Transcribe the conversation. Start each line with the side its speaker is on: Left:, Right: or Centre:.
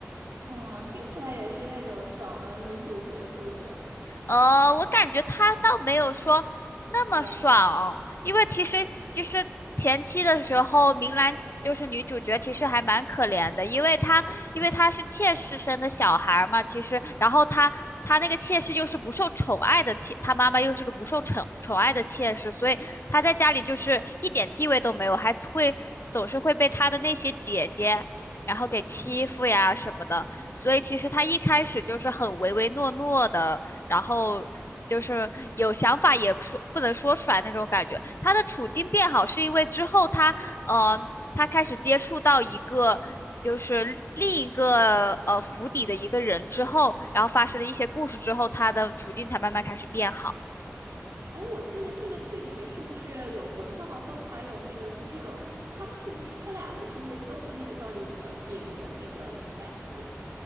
Right: 嗯，听起来也是那种爽文女主角，是不是？
Left: 呃，我感觉他倒没有说那么爽，
Right: 呃
Left: 因为其实其实前期的时候，明兰就是女主角，其实还蛮可怜的，因为她因为她是妾室生的小孩儿嘛，其实然后她她那个妾室又是不受宠爱的妾，她妈妈又是个不受宠宠爱的妾室，所以她在家里就是一点地位都没有，还会总是会被她的那些姐姐。然后给欺负呀什么的，
Right: 嗯
Left: 所以其实她一开始就是很唯唯诺诺的，
Right: 嗯，
Left: 然后就是有想法也说不能说出来那种感觉。他的处境变好是因为之后他呃他开始接触到一个就是另一个呃府邸的一个人之后，然后发生了一些故事之后，他的处境才慢慢开始变好。
Right: 哎，我记得这个剧里面是不是有冯绍峰，还有那个朱一龙，他们是不是他俩人是不是都跟那个赵丽颖有那个情感戏？